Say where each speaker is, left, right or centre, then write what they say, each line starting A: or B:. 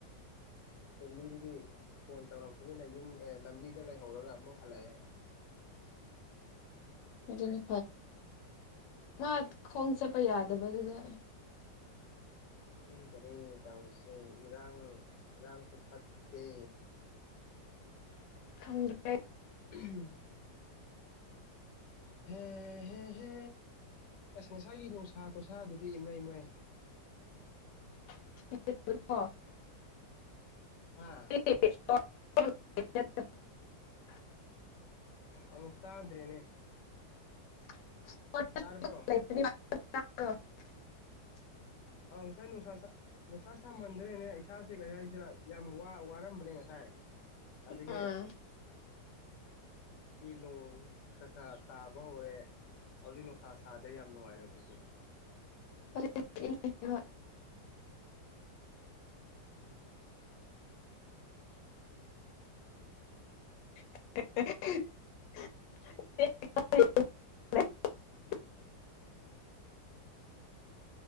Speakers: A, on the left; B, on the left.
A: ꯐꯦꯝꯂꯤꯗꯒꯤ ꯐꯣꯟ ꯇꯧꯔꯛꯄꯅꯤꯅ ꯌꯨꯝ ꯑꯦ ꯂꯝꯕꯤ ꯗ ꯂꯩꯍꯧꯔꯒ ꯑꯃꯨꯛ ꯍꯥꯜꯂꯛꯑꯦ꯫
B: ꯑꯗꯨꯅꯤ꯫꯫ <unintelligible> ꯈꯣꯡ ꯆꯠꯄ ꯌꯥꯗꯕꯗꯨꯗ꯫
A: ꯈꯪꯗꯔꯦ ꯇꯧꯔꯤꯁꯦ ꯏꯔꯥꯡ ꯏꯔꯥꯡꯁꯨ ꯐꯠꯇꯦ꯫
B: <unintelligible>
A: <unintelligible> ꯍꯦ ꯍꯦ ꯍꯦ ꯑꯁ ꯉꯁꯥꯏꯒꯤ ꯅꯨꯡꯁꯥ ꯈꯨꯁꯥꯗꯨꯗꯤ ꯏꯃꯩ ꯃꯩ꯫
B: <unintelligible> <inaudible>
A: ꯍꯥ
B: <inaudible>
A: ꯑꯃꯨꯛ ꯇꯥꯗ꯭ꯔꯦꯅꯦ꯫
B: <inaudible>
A: ꯇꯥꯔꯕꯣ
B: <unintelligible>
A: ꯑꯧ ꯉꯁꯥꯏ ꯅꯨꯡꯁꯥ ꯅꯨꯡꯁꯥ ꯁꯥꯃꯟꯗ꯭ꯔꯦꯅꯦ ꯏꯁꯥꯥꯁꯦ ꯉꯍꯥꯏꯁꯤꯗ ꯌꯥꯝ ꯋꯥꯔꯝꯕꯅꯦ ꯉꯁꯥꯏ ꯑꯗꯒꯤ
B: ꯎꯝ
A: ꯀ ꯅꯣ ꯈꯔ ꯈꯔ ꯇꯥꯕ ꯍꯧꯔꯦ ꯍꯧꯖꯤꯛ ꯅꯨꯡꯁꯥ ꯁꯥꯗ꯭ꯔꯦ ꯌꯥꯝ ꯅꯨꯡꯉꯥꯏꯔꯦ ꯍꯧꯖꯤꯛꯀꯤ
B: ꯐ <unintelligible> <inaudible>